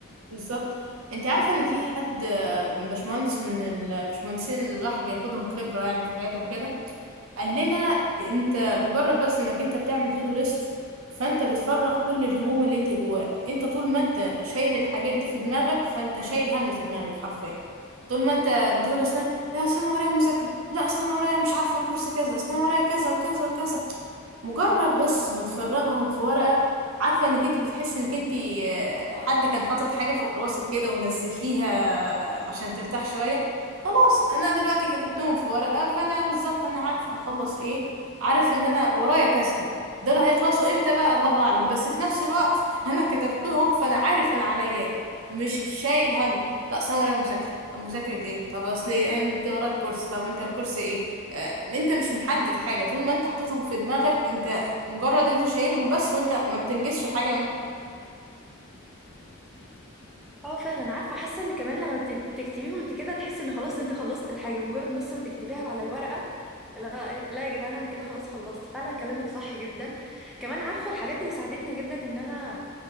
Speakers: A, on the right (about 75°); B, in the centre.
A: بالظبط انت عارفه ان في حد باشمهندس من الباشمهندسين اللي الواحد بياخدهم خبره يعني في حياته وكده قال لنا انت مجرد بس انك انت بتعمل تو دو ليست فانت بتفرغ كل الهموم اللي انت جواك انت طول ما انت شايل الحاجات دي في دماغك فانت شايل هم في دماغك حرفيا طول ما انت بتقول اصلا لا اصل انا ورايا مذاكره لا اصل انا ورايا مش عارفه كورس كذا اصل انا ورايا كذا وكذا وكذا مجرد بس ما تفرغهم في ورقة عارفة انك انت بتحس انك انت آه، حد كان حاطط حاجة فوق راسك كده ونزلتيها آه، عشان ترتاح شوية خلاص انا دلوقتي كتبتهم في ورقة فانا بالظبط انا عارف هخلص ايه عارف ان انا ورايا كذا دول هيخلصوا امتى بقى الله اعلم بس في نفس الوقت انا كتبتهم فانا عارف انا عليا إيه. مش شايل هم لا اصل انا ورايا مذاكرة طب مذاكرة ايه طب اصل إيه؟ انت وراك كورس طب انت الكورس ايه آه، انت مش محدد حاجة طول ما انت حاططهم في دماغك انت مجرد انت شايلهم بس وانت ما بتنجزش حاجة منهم
B: اه فعلا عارفه حاسه ان كمان لما ت- تكتبيهم انت كده تحسي ان خلاص انت خلصت الحاجه مجرد بس ما تكتبيها على الورقه لا لا يا جدعان انا كده خلاص خلصت فعلا كلامك صح جدا كمان عارفه الحاجات اللي ساعدتني جدا ان انا